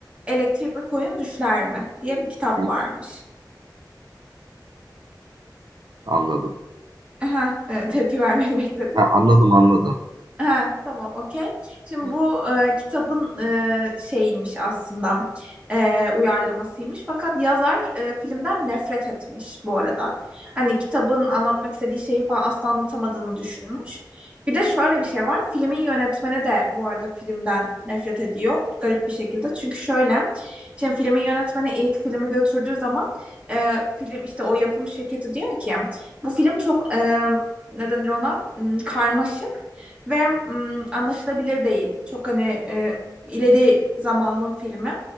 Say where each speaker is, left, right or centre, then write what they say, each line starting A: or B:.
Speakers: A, on the right; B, on the right.
A: Elektrikli Koyun Düşler mi diye bir kitap
B: Hı,
A: varmış.
B: Anladım.
A: Aha, e, tepki vermeni <laughs> bekledim.
B: Ha, anladım anladım.
A: Ha, tamam okey. Şimdi
B: Hı,
A: bu e, kitabın e, şeyiymiş aslında e, uyarlamasıymış. Fakat yazar e, filmden nefret etmiş bu arada. Hani kitabın anlatmak istediği şeyi falan asla anlatamadığını düşünmüş. Bir de şöyle bir şey var. Filmin yönetmeni de bu arada filmden nefret ediyor. Garip bir şekilde. Çünkü şöyle. Şimdi filmin yönetmeni ilk filmi götürdüğü zaman e, film işte o yapım şirketi diyor ki bu film çok e, ne denir ona? Hmm, Karmaşık ve mm, anlaşılabilir değil. Çok hani e, ileri zamanın filmi.